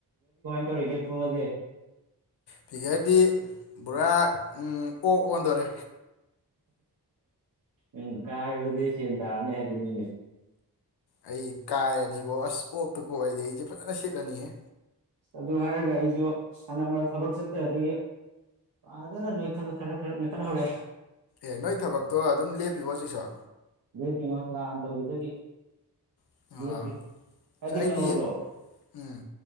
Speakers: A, on the right; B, on the left.
A: ꯀꯧꯔꯤꯒꯐꯇꯨꯃꯗꯤ
B: ꯐꯤꯒꯔꯗꯤ ꯄꯨꯔꯥ ꯑꯣꯛ ꯑꯣꯟꯗꯣꯔꯦ
A: ꯎꯝ ꯀꯗꯗꯁꯤ ꯇꯥꯅꯦꯦ ꯍꯥꯏꯗꯅꯤꯅꯦ
B: ꯑꯩ ꯀꯥꯏꯔꯗꯤꯕꯣ ꯑꯁ ꯑꯣꯛꯇꯀ ꯑꯣꯏꯔꯗꯤ ꯑꯩꯁꯦ ꯐꯖꯅ ꯁꯤꯠꯂꯅꯤꯍꯦ
A: ꯑꯗꯨ ꯍꯥꯏꯔꯒ ꯑꯩꯁꯨ ꯁꯥꯟꯅ ꯊꯕꯛ ꯆꯠꯇꯗꯒꯤ ꯐꯖꯅꯣꯏꯠ ꯈꯔ ꯈꯔ ꯅꯣꯏꯈꯠꯍꯧꯔꯛꯑꯦ
B: ꯑꯦ ꯅꯣꯏ ꯊꯕꯛꯇꯣ ꯑꯗꯨꯝ ꯂꯦꯞꯄꯤꯕꯣ ꯍꯧꯖꯤꯛꯁꯨ
A: ꯑꯗꯨ ꯄ ꯃꯁꯂꯥꯟꯅ ꯇꯧꯈꯤꯗꯒꯦ
B: ꯑꯥ
A: ꯄꯤ ꯀꯗꯤ
B: ꯑꯁ ꯑꯩꯗꯤ
A: ꯀꯩꯅꯣꯗꯣ
B: ꯎꯝ